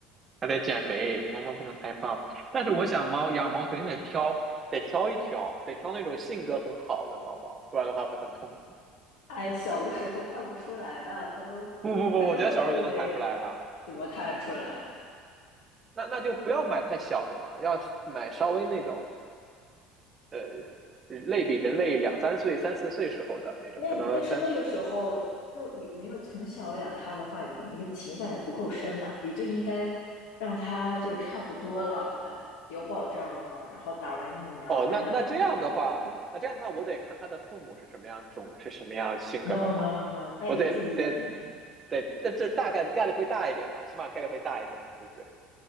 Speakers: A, on the right (about 20°); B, on the left (about 80°).
A: 还得减肥，猫猫不能太胖。但是我想猫养猫肯定得挑，得挑一挑，得挑那种性格很好的猫猫，不然的话会很痛苦。
B: 哎，小的时候看不出来的，他都他都就是怎么看出来？
A: 不不不，我觉得小时候就能看出来了。那那就不要买太小的嘛，要买稍微那种呃，类比人类两三岁、三四岁时候的那种，
B: 那但是那个时候就你没有从小养它的话，
A: 可能三
B: 你那个情感也不够深呐、你就应该让它就差不多了，哎，有保障了，然后打完疫苗带它打完疫苗，
A: 哦，那那这样的话，
B: 就说
A: 那这样的话，我得看他的父母是什么样种，是什么样性格的猫，
B: no no no，那也不一定。
A: 我得得得，这这大概概率会大一点嘛，起码概率会大一点嘛，对不对？